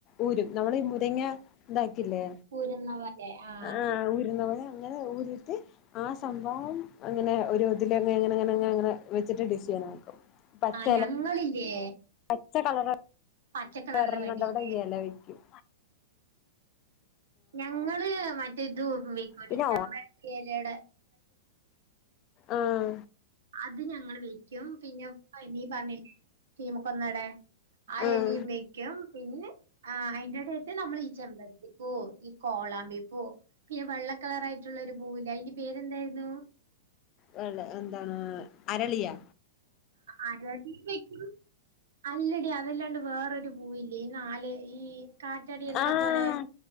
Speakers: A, on the left; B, on the right.
A: ഊരും നമ്മളഈ മുരങ്ങ ഇതാക്കി ല്ലേ
B: ഊരുന്ന പോലെ ആഹ്
A: ആ ഊരുന്ന പോലെ അങ്ങനെ ഊരുറ്റി ആ സംഭവം അങ്ങനെ ഒരു ഒതിലനങ്ങ അങ്ങനെ വെച്ചിട്ട് ഡിഷൻക്കും പച്ച
B: ആഹ് ഞങ്ങളില്ലേ
A: പച്ച കളർ
B: പച്ചക്കളറിന്
A: വറുന്നുണ്ട്
B: വേണ്ടിയില്ലേ
A: അവിടെ ഇല വയ്ക്കും
B: ഞങ്ങള് മറ്റേ ഇത്
A: പിന്നെ
B: ചെമ്പരത്തി ഇല
A: ആഹ
B: അത് ഞങ്ങ വെക്കും പിന്നെ ഇ പറഞ്ഞ ീമക്കൊന്നട ആ
A: ആഹ്
B: എലിയും വെക്കും പിന്നെ ആ അതിന്റെടയത്ത് നമ്മൾ ഈ ചെമ്പരത്തി പോ ഈ കോ കൊളാമ്പി പൂ പിന്നെ വെള്ള കളർ ആയിട്ടുള്ള ഒരു പൂവല്ല അതിന്റെ പേരെന്തായിരുന്നു
A: വള്ള എന്താണ് അരളിയാ
B: അരളി വെക്കും അല്ലടി അതല്ലാണ്ട് വേറൊരു പൂവ ഇല്ലേ നാല് ഈ കാറ്റാടി യന്ത്രം
A: ആഹ്
B: പോലെ